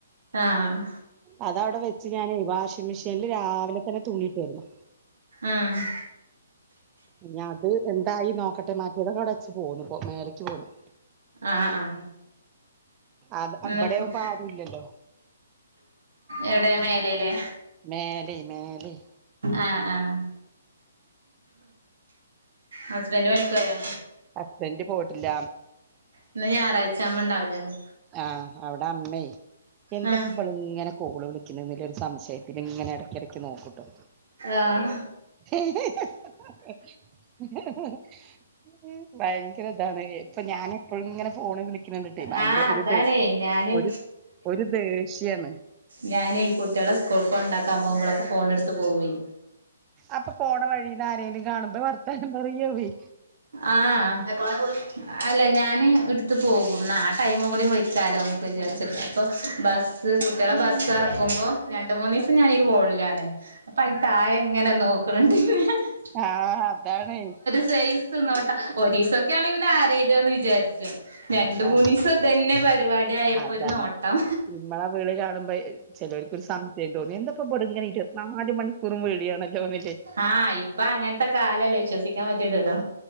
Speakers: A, on the right (about 80°); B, on the right (about 25°).
A: ആഹ്
B: അത് അവിടെ വെച്ച് ഞാന് വാഷിംഗ മെഷീനില് രാവിലെ തന്നെ തൂണിയിട്ടായിരുന്നു.
A: ആഹ്
B: ഇനി അത് എന്തായി നോക്കട്ടെ മാറ്റിയതൊക്കെ അവിടെച്ച് പോന്നു ഇപ്പോ മേലേക്ക് പോന്നു.
A: ആഹ് ആഹ്
B: അത്
A: ഇന്ന്പ്പം
B: അവിടെയാവുമ്പോ ആരും ഇില്ലല്ലോ
A: എവിടെ മേലല്ലേ
B: മേല മേലി
A: ആഹ് ആഹ് ഹസ്ബൻഡ പണിക്കോയോ
B: ഹസ്ബന്ഡറ് പോട്ടില്ല
A: ഇന്ന് ഞായറാഴ്ച വുണ്ടാവുലല്ലെ.
B: ആഹ് അവിടെ അമ്മേ എന്ത
A: ആഹ്
B: നമ്മളിങ്ങനെ കോള് വിളിക്കുന്ന ഒരു സംശയത്തില് ഇങ്ങനെ ഇടയ്ക്കിടക്ക് നോക്കൂട്ടോ
A: ആഹ്‌
B: <inaudible> ഭയങ്കര ഇതാണ് ഇപ്പൊ ഞാനും എപ്പോഴ ങ്ങനെ ഫോണ് വിളിക്കുന്നണ്ടിട്ടെ ഭയങ്കര
A: ആഹ്
B: ഒരു
A: അതാണേ
B: ദേ
A: ഞാന്
B: ഒരു ഒരു ദേഷ്യാണ്.
A: ഞാന് കുട്ടിയളെ സ്കൂൾ കൊണ്ടാക്കാൻ പോകുമ്പോളോക്കെ ഫോണടുത്ത് പോവും.
B: അപ്പൊ പോണ വഴീന്ന് ആരേലും കാണുമ്പ വർത്താനം പറയോവി.
A: ആഹ്‌ അല്ലെ ഞാന് എടുത്ത് പോകും ആഹ് ടൈമും കൂടി വിളിക്കാലോന്ന് വിചാരിച്ചിട്ട് അപ്പ ബസ്സ് കുട്ടികളെ ബസ്സ് എറക്കുമ്പോ രണ്ട് മൂന്നിവസം ഞാനീ കോളിലന്നെ. അപ്പൊ ഈ തായെങ്ങനെ നോക്കണണ്ട്. <unintelligible>
B: ആഹ്‌ അതാണ്.
A: ഒര്സൈസ്ന്നോട്ടാ ഒറിസസക്കെയാണ് പിന്നെ ആരതോന്ന് വിചാരിച്ചു രണ്ട്
B: അതാണ്
A: മൂന്നിസം ഇതന്നെ പരിപാടി ആയപ്പോ
B: അതാണ്
A: ഒരു നോട്ടം
B: ഇമ്മളെ വിളി കാണുമ്പോയി ചെലർക്കൊരു സംശയം തോന്നി എന്തപ്പൊ പടും ഇങ്ങനെ ഇരുത്തിനാല് മണിക്കൂറും വിളിയാണോല്ലേന്ന് വിചാരിക്കും
A: ആഹ് ഇപ്പൊ അങ്ങനത്തെ കാലല്ലേ വിശ്വസിക്കാൻ പറ്റീലല്ലോ